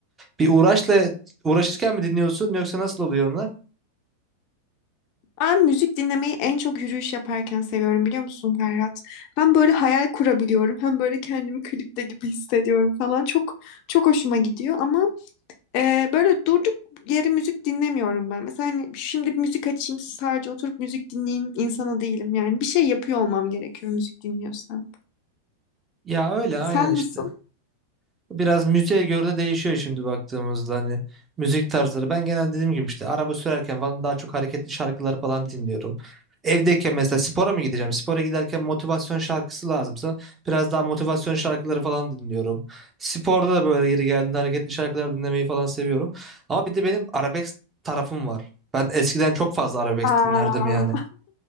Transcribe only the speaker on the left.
Ben müzik dinlemeyi en çok yürüyüş yaparken seviyorum biliyor musun Ferhat? Hem böyle hayal kurabiliyorum hem böyle kendimi klipte gibi hissediyorum falan. Çok çok hoşuma gidiyor ama e, böyle durduk yere müzik dinlemiyorum ben. Mesela hani şimdi bir müzik açayım sadece oturup müzik dinleyeyim insanı değilim yani. Bir şey yapıyor olmam gerekiyor müzik dinliyorsam.
Sen
nasıl?
Aa,